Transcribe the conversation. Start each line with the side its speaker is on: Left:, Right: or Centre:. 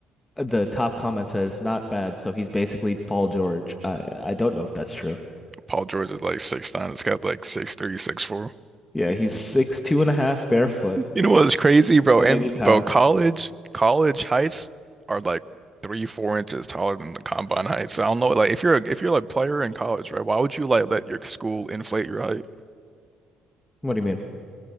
Left: the top comment says not bad. So he's basically Paul George. I I don't know if that's true.
Right: Paul George is like six nine. It's got like six three, six four. <laughs>
Left: Yeah, he's six two and a half barefoot,
Right: You know what's crazy, bro?
Left: 180
Right: And
Left: pounds.
Right: bro, college college heights are like three, four inches taller than the combine heights. I don't know, like if you're a, if you're like player in college, right? Why would you like let your school inflate your height?
Left: What do you mean?